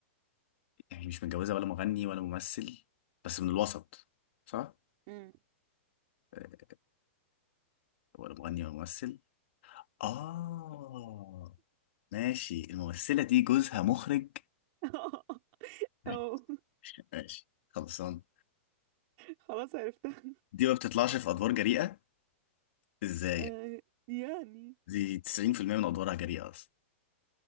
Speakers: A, on the left; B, on the right.
A: يعني مش متجوزة ولا مغني ولا ممثل بس من الوسط صح؟
B: مم.
A: آه ولا مغني ولا ممثل؟ آه ماشي الممثلة دي جوزها مخرج؟
B: <laughs>
A: <laughs>
B: أو
A: ماشي ماشي خلصان
B: خلاص عرفتها
A: دي ما بتطلعش في ادوار جريئه ازاي
B: أه،
A: يعني؟
B: يعني
A: دي 90% من ادوارها جريئه اصلا